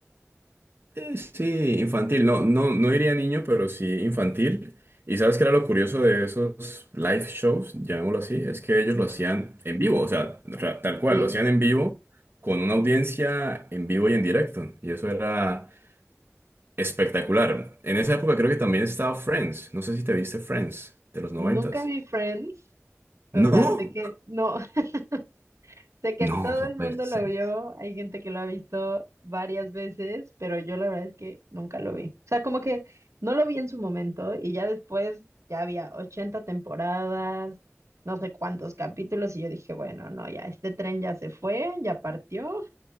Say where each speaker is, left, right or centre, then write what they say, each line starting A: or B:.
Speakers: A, on the right; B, on the right.
A: Eh, sí, infantil, no, no, no iría niño, pero sí infantil. Y sabes que era lo curioso de esos live shows, llamémoslo así, es que ellos
B: Ujú.
A: lo hacían en vivo, o sea, ra- tal cual,
B: Sí,
A: lo hacían en vivo con una audiencia en vivo y en directo. Y eso era espectacular. En esa época creo que también estaba Friends, no sé si te viste Friends de los noventas.
B: nunca vi Friends, o
A: ¿No?
B: sea, sé que, no, <laughs> sé que
A: No,
B: todo
A: no
B: el
A: puede
B: mundo
A: ser.
B: lo vio, hay gente que lo ha visto varias veces, pero yo la verdad es que nunca lo vi. O sea, como que no lo vi en su momento y ya después ya había 80 temporadas, no sé cuántos capítulos y yo dije, bueno, no, ya este tren ya se fue, ya partió,